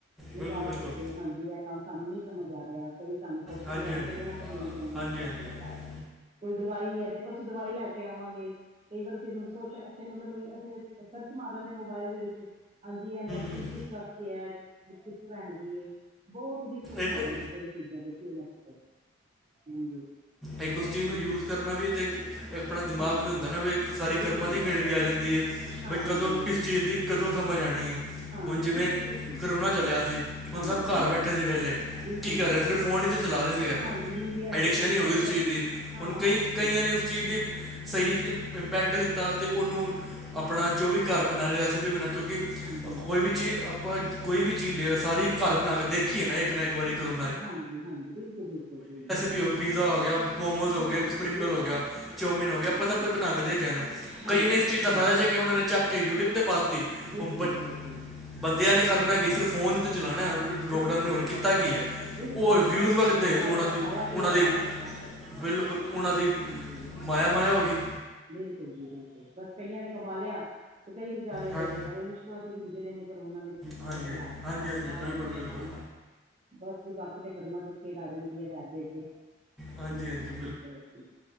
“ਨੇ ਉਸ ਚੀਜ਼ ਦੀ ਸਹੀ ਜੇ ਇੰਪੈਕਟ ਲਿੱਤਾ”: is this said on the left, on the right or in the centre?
Centre